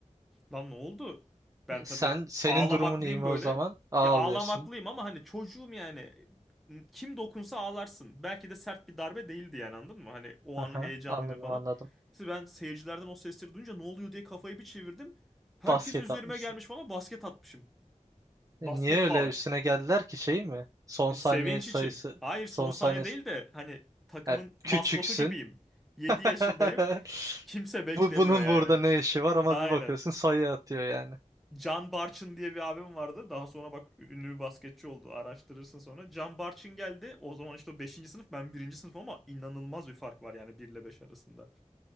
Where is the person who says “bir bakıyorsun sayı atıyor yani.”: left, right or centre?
Right